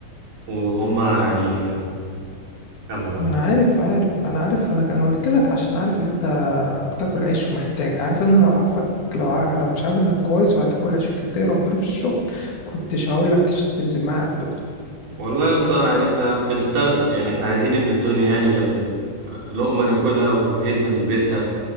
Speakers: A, on the right; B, on the left.
A: وهما يعني يلا بقى
B: ما انا عارف عارف انا عارف انا انا قلت لك عشان عارف ان انت بتاكل عيش ومحتاج عارف ان لو عارفك لو ع... لو مش عارف انك كويس وهتاكل عيش وتتقي ربنا في الشغل كنتش هقول لك تش- تنزل معايا على التوك توك
A: والله يا اسطى يعني احنا بنسترزق يعني احنا عايزين إيه من الدنيا يعني غير لقمه ناكلها وهدمه نلبسها